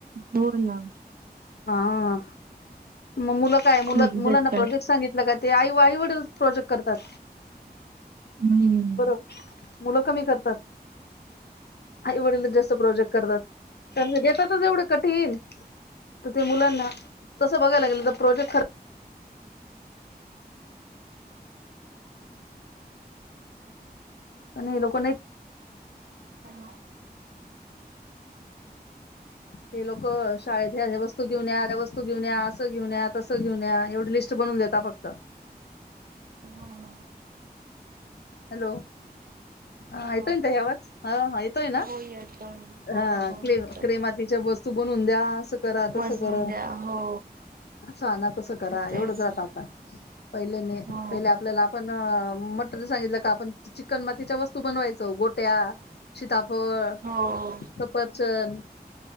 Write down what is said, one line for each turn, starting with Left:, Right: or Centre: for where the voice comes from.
Right: हो ना.
Left: हा मग मुलं काय
Right: खूप
Left: मुलं मुलांना
Right: देतात
Left: प्रोजेक्ट सांगितलं का. ते आई आई वडील प्रोजेक्ट करतात
Right: हम्म
Left: बरोबर मुलं कमी करतात. आई वडील जास्त प्रोजेक्ट करतात त्या घेतात तर तेवढं कठीण ते मुलांना तसं बघायला गेलं तर प्रोजेक्ट खर प लो नाही <unintelligible>
Right: हॅलो,
Left: हे लोकं, शाळेत ह्या, ह्या वस्तू घेऊन या, त्या वस्तू घेऊन या, असं घेऊन्या, तसं घेऊन एवढी लीस्ट बनून देेता फक्त.
Right: हो ना
Left: हॅलो. हा
Right: हॅलो
Left: येतोय ना ताई आवाज, हा हा येतोय ना
Right: हो येतोय हो
Left: हा
Right: हो
Left: क
Right: येतोय
Left: क्रेमातीच्या बोसऽऽ तू बनून द्या, असं करा,
Right: मजवून
Left: तसं करा.
Right: द्या हो
Left: ‌ ना तसं करा
Right: तेच
Left: एवढंच राहतं
Right: ना
Left: आता, पहिले नै,
Right: हो
Left: पहिले आपल्याला आपणऽ मटर सांगितलं का आपण चिकन मातीच्या वस्तू बनवायचो, गोट्या, सीताफळ,
Right: हो
Left: सफरचंद